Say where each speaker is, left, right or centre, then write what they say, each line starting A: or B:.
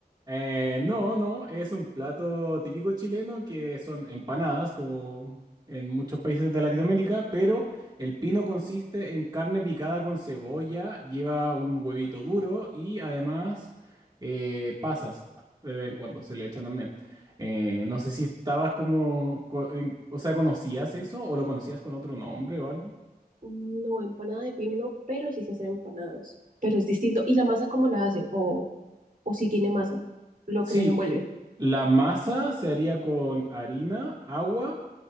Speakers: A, on the right (about 25°); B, on the right (about 55°).
A: Eh, no, no, es un plato típico chileno que son empanadas, como en muchos países de Latinoamérica, pero el pino consiste en carne picada con cebolla, lleva un huevito duro y además eh, pasas de vez en cuando, se le echan también. Eh, no sé si estabas como, co- en- o sea, ¿conocías eso o lo conocías con otro nombre o algo?
B: No, empanada de pino no, pero sí se hacen empanadas. Pero es distinto. ¿Y la masa cómo la hacen? ¿O, o si tiene masa? Lo
A: Sí,
B: que las envuelve.
A: La masa se haría con harina, agua,